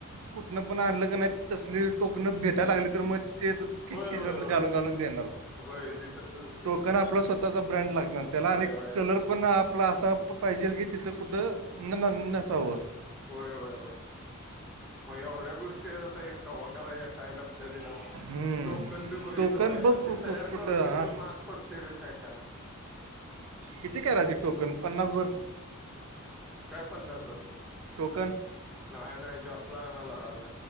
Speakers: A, on the right (about 80°); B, in the centre.
A: कुठनं पण आणलं का नाही तसली टोकणं भेटायला लागली तर मग तेच किकी
B: होय होय
A: जर
B: होय
A: घालून घालून देणार
B: होय ते तसच
A: टोकन आपला स्वः ब्रँड लागणार
B: व्हय
A: त्याला आणि
B: व्हय
A: लर पण आपला असा पाहिजेल की तिथं कुठं न न नसावं
B: होय होय होय मग एवढ्या गोष्टी आता कवा करायच्या काय लक्षात दिलं म
A: हम्म.
B: टोकन बी बघितलं
A: टोकन
B: पाये
A: बघ
B: पण
A: कु-
B: ते तयार
A: कु- कुठं
B: करून की
A: हा
B: तिला महाग पडते का काय काय माहीत
A: किती करायचेत टोकन पन्नासभर
B: काय पन्नासभर
A: टोकन
B: नाही नाही जास्त लागणार ना लगा